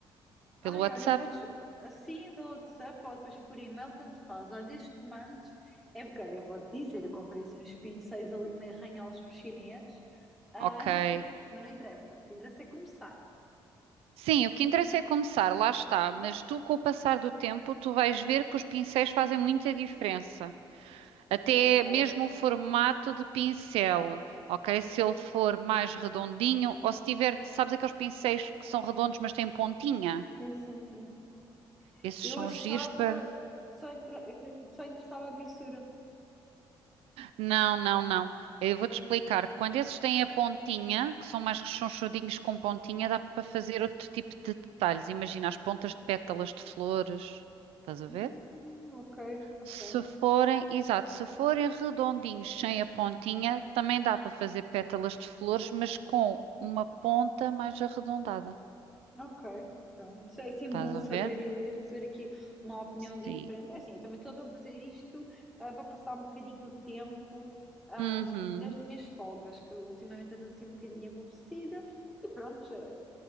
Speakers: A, in the centre; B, on the right (about 80°).
A: Ai,
B: Pelo WhatsApp?
A: olha, podes assim pelo WhatsApp ou depois por e-mail, tanto faz. Olha, desde que mandes. É porque, olha, eu vou-te dizer, eu comprei assim uns pincéis ali meio arranhados no chinês. Ah,
B: Ok.
A: <laughs> mas não interessa. O que interessa é começar.
B: Sim, o que interessa é começar, lá está. Mas tu, com o passar do tempo, tu vais ver que os pincéis fazem muita diferença. Até
A: Ok.
B: mesmo o formato de pincel, ok? Se ele for mais redondinho, ou se tiver, sabes aqueles pincéis que são redondos, mas têm pontinha?
A: Sim, sim, sim.
B: Esses
A: Eu
B: são
A: achava
B: giros para.
A: que só, entra... que só interessava a grossura.
B: Não, não, não. Eu vou-te explicar. Quando esses têm a pontinha, que são mais rechonchudinhos com pontinha, dá para fazer outro tipo de detalhes. Imagina as pontas de pétalas de flores. Estás a
A: Hum,
B: ver?
A: ok,
B: Se
A: ok.
B: forem, exato, se forem redondinhos sem a pontinha, também dá para fazer pétalas de flores, mas com uma ponta mais arredondada.
A: Ok, pronto. É sempre
B: Estás
A: bom saber
B: a ver?
A: e receber aqui uma opinião
B: Sim.
A: diferente. É assim, eu também estou a fazer isto ah, para passar um bocadinho o tempo ah,
B: Uhum,
A: nas minhas folgas, que eu ultimamente ando assim um bocadinho aborrecida. E pronto, é,